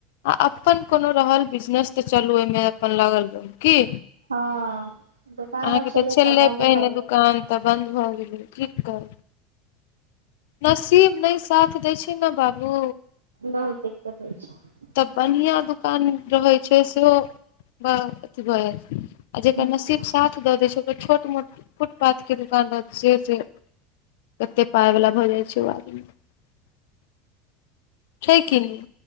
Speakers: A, on the left; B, on the right.
A: आ अपन कोनो रहल बिजनेस तऽ चलू ओहिमे अपन लागल रहूं की।
B: हँ दोकान
A: अहाँके
B: आर छलै
A: तऽ छललै
B: बन्द
A: पहिने
B: भऽ गेलै
A: दुकान तऽ बन्द भऽ गेलै की कर नसीब नहि साथ दै छै ने बाबू
B: बहुत दिक्कत होइ छै <unintelligible>
A: तब बढ़िआँ दुकान रहैत छै सेहो अथी भऽ <unintelligible> आ जेकर
B: हँ
A: नसीब साथ द दे छै ओकर छोट मोट फुटपाथ के दुकान रहत। से से कते पााय वालला भऽ जाइ छै ओ आदमी <unintelligible> ठ क लिय।